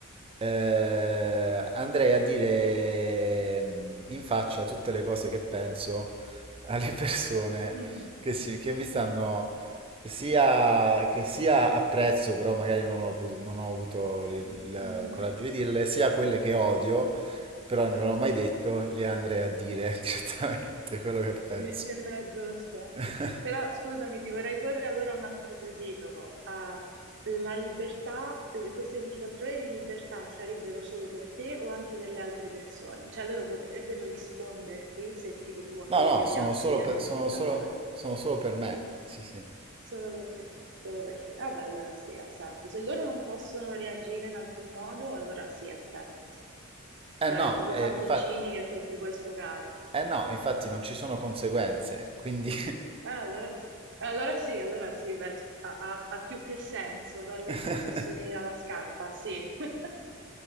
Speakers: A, on the right; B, on the right.
A: eh, andrei a dire mm, in faccia tutte le cose che penso alle persone
B: Mm.
A: che, si- che mi stanno sia, che sia apprezzo, però magari non ho, potu- non ho avuto il, il
B: Mhm.
A: coraggio di dirle, sia quelle che odio, però non l'ho mai detto, le andrei a dire <laughs> direttamente quello che penso.
B: Mi sembra giusto.
A: <laughs>
B: Però scusami, ti vorrei porre allora un altro quesito. Ah, la libertà, eh, queste 24 ore di libertà sarebbero solo per te o anche per le altre persone? Cioè loro potrebbero risponderti se tipo tu a
A: No,
B: quelle
A: no,
B: che
A: sono
B: odiassi
A: solo
B: andresti
A: per, sono
B: a parlare.
A: solo, sono solo per me. Sì, sì.
B: Solo per te, solo per te. Vabbè, allora sì, ha senso. Se loro non possono reagire in alcun modo, allora sì, ha senso.
A: Eh
B: Cioè,
A: no,
B: tipo
A: eh,
B: fantoccini
A: infatti,
B: che tu ti puoi sfogare.
A: eh no, infatti non ci sono conseguenze, quindi...
B: Ah, allora sì, allora sì, allora sì, beh, c- ha, ha- ha più che senso togliersi
A: <laughs>
B: i sassolini
A: <laughs>
B: dalla scarpa, sì, <laughs>